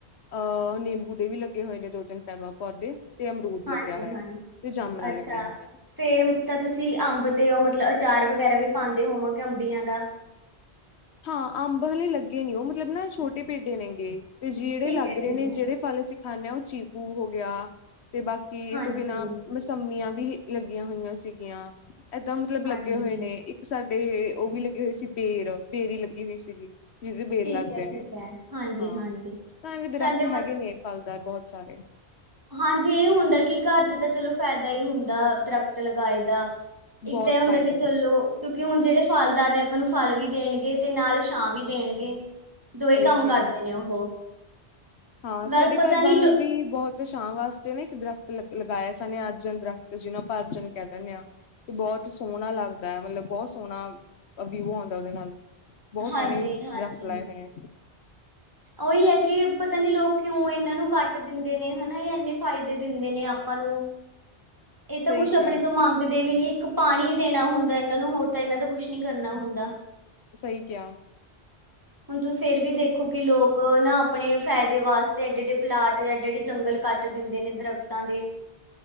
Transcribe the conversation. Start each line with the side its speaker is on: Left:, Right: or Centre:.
Left: ਅਹ ਨਿੰਬੂ ਦੇ ਵੀ ਲੱਗੇ ਹੋਏ ਨੇ ਦੋ ਤਿੰਨ ਪੈ ਪੌਦੇ। ਤੇ, ਅਮਰੂਦ
Right: ਹਾਂਜੀ
Left: ਲੱਗਿਆ ਹੋਇਆ।
Right: ਹਾਂ
Left: ਤੇ ਜਾਮਣਾਂ
Right: ਅੱਛਾ,
Left: ਲੱਗੀਆਂ ਹੋਈਆਂ ਨੇ
Right: ਸੈਮ ਤਾਂ ਤੁਸੀਂ ਅੰਬ ਦੇ ਹੋ ਮਤਲਬ। ਅਚਾਰ ਵਗੈਰਾ ਵੀ ਪਾਦੇ ਹੋਵਾਂਗੇ ਅੰਬੀਆਂ ਦਾ।
Left: ਹਾਂ ਅੰਬ ਹਲੇ ਲੱਗੇ ਨੀ ਉਹ ਮੁਜਲਬ ਨਾ ਛੋਟੇ ਪੇਡੇ ਨੇ ਗੇ ਤੇ ਜਿਹੜੇ
Right: ਠੀਕ
Left: ਲੱਗ
Right: ਹੈ ਠੀਕ
Left: ਰਹੇ ਨੇ
Right: ਹੈ
Left: ਜਿਹੜੇ ਫਲ ਅਸੀਂ ਖਾਂਣੇ ਓ ਚੀਕੂ ਹੋ ਗਿਆ। ਤੇ ਬਾਕੀ ਏ
Right: ਹਾਂਜੀ,
Left: ਤੋਂ ਬਿਨਾਂ ਮਸੰਮੀਆਂ ਵੀ ਏ ਅਗੀਆਂ ਹੋਈਆਂ ਸੀ ਗੀਆਂ। ਏਦਾਂ ਮਤਲਬ
Right: ਹਾਂਜੀ
Left: ਲੱਗੇ ਹੋਏ ਇੱਕ ਸਾ ਤੇ ਉਹ ਵੀ ਲੱਗੇ ਹੋਏ ਸੀ ਬੇ। ਬੇਰੀ ਲੱਗੀ ਹੋਈ ਸੀ ਗੀ। ਜਦੇ ਬੇਰ
Right: ਠੀਕ
Left: ਲੱਗਦੇ
Right: ਹੈ, ਠੀਕ
Left: ਨੇ
Right: ਹੈ, ਹਾਂਜੀ,
Left: ਹਾਂ,
Right: ਹਾਂਜੀ
Left: ਤਾਂ ਇਹਵੇਂ ਦਰਖਤ
Right: ਸਾਡੇ ਮ
Left: ਹੈਗੇ ਨੇ ਫਲਦਾਰ ਬਹੁਤ। ਸਾਰੇ।
Right: ਹਾਂਜੀ ਇਹ ਹੁੰਦਾ ਕਿ ਘਰ ਚ ਤਾਂ ਚਲੋ ਫਾਇਦਾ ਹੀ ਹੁੰ ਦਾ--ਦਰਖਤ ਲਗਾਏ ਦਾ।
Left: ਬਹੁਤ
Right: ਇੱਕ ਤਾਂ ਇਹ ਹੁੰਦਾ
Left: ਫਾਇਦਾ
Right: ਕਿ ਚਲੋ ਕਿਉਂਕਿ ਹੁਣ ਜਿਹੜੇ ਫਲਦਾਰ ਆਪਾਂ ਨੂੰ ਫਲ ਵੀ ਦੇਣਗੇ ਤੇ ਨਾਲ ਛਾਂ ਵੀ ਦੇਣਗੇ। ਦੋਏ,
Left: ਸਹੀ
Right: ਕੰਮ
Left: ਕਿਹਾ
Right: ਕਰਦੇ ਨੇ ਉਹ।
Left: ਹਾਂ
Right: ਵੈਸੇ
Left: ਸਾਡੇ
Right: ਪਤਾ
Left: ਘਰ
Right: ਨੀ
Left: ਬਾਹਰ ਵੀ ਬਹੁਤ। ਸ਼ਾਮ ਵਾਸਤੇ ਨਾ ਇੱਕ ਦਰਖਤ ਲਗਾਏ ਸਨੇ ਅਰਜਨ ਦਰਖਤ ਜਿਹਨੂੰ ਆਪਾਂ ਅਰਜਨ ਕਹਿ ਦਿੰਦੇ ਹਾਂ ਤੇ ਬਹੁਤ ਸੋਹਣਾ ਲੱਗਦਾ ਹੈ ਮਤਲਬ ਬਹੁਤ ਸੋਹਣਾ ਵਿਊ ਆਉਂਦਾ ਉਹਦੇ ਨਾਲ ਬਹੁਤ
Right: ਹਾਂਜੀ,
Left: ਸੋਹਣੇ
Right: ਹਾਂਜੀ।
Left: ਦਰੱਖਤ ਲਾਏ ਹੋਏ ਨੇ
Right: ਉਹੀ ਹੈ ਕਿ, ਪਤਾ ਨਈ ਲੋਕ, ਕਿਉਂ ਇਹਨਾਂ ਨੂੰ ਕੱਟ, ਦਿੰਦੇ ਨੇ ਹਨਾ ਜਾਣਿਕ। ਫਾਇਦੇ, ਦਿੰਦੇ ਨੇ ਆਪਾਂ ਨੂੰ। ਇਹ ਤਾਂ
Left: ਸਹੀ
Right: ਕੁੱਛ
Left: ਕਿਹਾ
Right: ਆਪਣੇ ਤੋਂ ਮੰਗਦੇ ਵੀ ਨੀ- ਇੱਕ ਪਾਣੀ ਦੇਣਾ ਹੁੰਦਾ। ਇਹਨਾਂ ਨੂੰ ਹੋਰ ਤਾਂ ਇਹਨਾਂ ਦਾ ਕੁਛ ਨੀ ਕਰਨਾ ਹੁੰਦਾ।
Left: ਸਹੀ, ਕਿਆ।
Right: ਹੁਣ ਤੂੰ ਫੇਰ ਵੀ ਦੇਖ। ਕਿਉਂਕਿ, ਲੋਕ ਨਾ ਆਪਣੇ ਫ਼ਾਇਦੇ ਵਾਸਤੇ। ਤੇ ਏਡੇ ਏਡੇ ਪਲਾਟਐਡੇ--ਐਡੇ ਜੰਗਲ ਕਟ ਦੇਦੈ ਨੇ। ਦਰਖਤਾਂ ਦੇ।